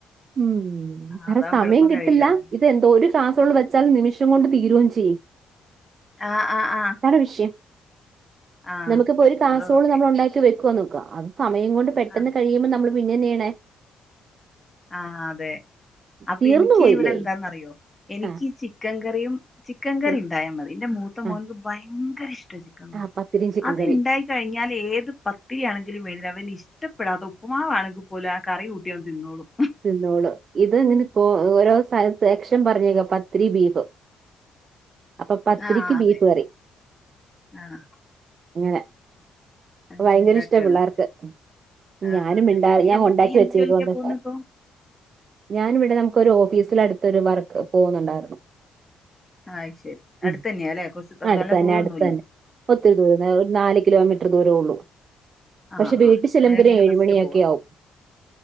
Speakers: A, on the right; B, on the left.
A: ഉം
B: ആഹ്
A: കാരണം
B: അതാവുമ്പോ
A: സമയം
B: എളുപ്പം
A: കിട്ടില്ല
B: കഴിയുവല്ലോല്ലേ
A: ഇത് ഒരു കാസറോള് വെച്ചാൽ നിമിഷം കൊണ്ട് തീരോം ചെയ്യും.
B: ആഹ് ആഹ് ആഹ്
A: ഒരു വിഷയം
B: ആഹ്
A: നമ്ക്കിപ്പോ ഒരു കാസറോള്
B: അത് ഓക്കെ
A: നമ്മള് ഉണ്ടാക്കി വെക്കാന്ന് നോക്ക. അത് സമയം കൊണ്ട് പെട്ടെന്ന്
B: ആഹ്
A: കഴിയുമ്പ നമ്മള് പിന്നെന്തയ്യണെ?
B: ആഹ് അതെ അപ്പൊ
A: തീർന്നു
B: എനിക്ക്
A: പോയില്ലേ
B: ഇവിടെ എന്താന്നറിയോ എനിക്കി
A: ആഹ്
B: ചിക്കൻ കറിയും ചിക്കൻ കറിണ്ടായാ
A: ഉം
B: മതി എന്റെ മൂത്ത
A: ആഹ്
B: മോനക്ക് ഭയങ്കര ഇഷ്ടാ ചിക്കൻ കറി.
A: ആഹ് പത്തിരിയും ചിക്കൻ
B: അത്ണ്ടായി
A: കറിയും
B: കഴിഞ്ഞാൽ ഏത് പത്തിരിയാണെങ്കിലും വേണ്ടില്ല അവന്ഷ്ടപ്പെടാത്ത ഉപ്പുമാവാണെങ്കിൽ പോലും ആ കറി കൂട്ടിയവൻ തിന്നോളും.
A: തിന്നോളും. ഇത് ഇങ്ങനെ ഓ ഓരോ സ്ഥലത്ത് <unintelligible> പറഞ്ഞേക്കാ പത്തിരിം ബീഫും അപ്പൊ പത്തിരിക്ക്
B: ആഹ് അതെ
A: ബീഫ് കറി.
B: ആഹ്
A: അങ്ങനെ
B: അങ്ങനെ
A: ഭയങ്കര
B: ഉണ്ടാക്കാണ്
A: ഇഷ്ടാ പിള്ളാർക്ക്.
B: ആഹ്
A: ഞാനും
B: അതെ
A: ഇണ്ടാവി
B: നീ
A: ഞാൻ
B: എന്ത്
A: ഒണ്ടാക്കി
B: നീ എന്ത്
A: വെച്ചേക്കും
B: ജോലിക്കാ
A: എന്നട്ട്
B: പോകുന്നെ ഇപ്പൊ
A: ഞാനും ഇവിടെ നമുക്കൊരു ഓഫീസിലടുത്തൊരു വർക്ക് പോകുന്നുണ്ടായിരുന്നു.
B: ആ്ഹ് അയ്ശരി. അടുത്തന്നെയാല്ലെ
A: ഉം
B: കൊറച്ച് അ
A: അടുത്ത്
B: നല്ല
A: തന്നെ
B: ദൂരൊന്നൂല്ല?
A: അടുത്ത് തന്നെ ഒത്തിരി ദൂരൊന്നൂല്ല ഒരു നാല് കിലോമീറ്ററ് ദൂരൊള്ളൂ.
B: ആഹ്
A: പക്ഷെ വീട്ടി
B: ആഹ്
A: ചെല്ലുമ്പോ
B: നേരെ
A: ഒരു
B: ഇങ്ങനെ
A: ഏഴുമണിയൊക്കെ
B: ബസ്സിന് പോവാ
A: ആവും.